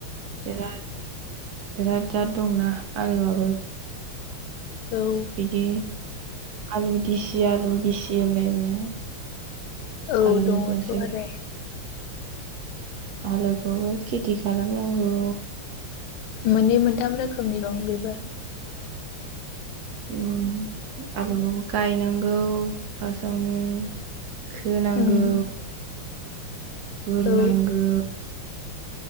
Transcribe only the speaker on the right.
बिराद बिराद जाद दंना आलुआबो।
बिदि आलु दिसि आलु दिसि होनलायनाया।
आलु
दंसो
आलुखौबो खेथि खालामनांगौ।
उम आलुखौ गायनांगौ फार्स्टआवनो खोनांगौ।
बुरनांगौ।